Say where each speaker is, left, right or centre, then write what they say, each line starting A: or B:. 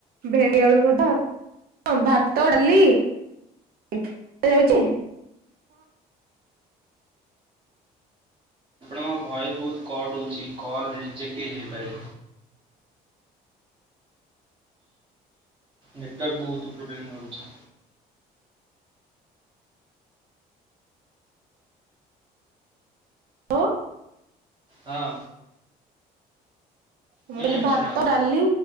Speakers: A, on the right; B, on the right.
A: ଭେଣ୍ଡିଆଳୁ ଭଜା ହଁ, ଭାତ, ଡାଲି <inaudible>
B: ତମ ଭଏସ୍ ବହୁତ୍ କଟ୍ ହଉଛି। କଲ୍ ରିଜେକ୍ଟ ହେଇଯାଇପାରେ? ନେଟୱାର୍କ ବହୁତ ପ୍ରୋବ୍ଲେମ୍ ରହୁଛି?
A: ଓ!
B: ହଁ।
A: ମୁଁ
B: ହୁଁ
A: କହିଲି ଭାତ,
B: ଶୁଣାଯାଉଛି
A: ଡାଲି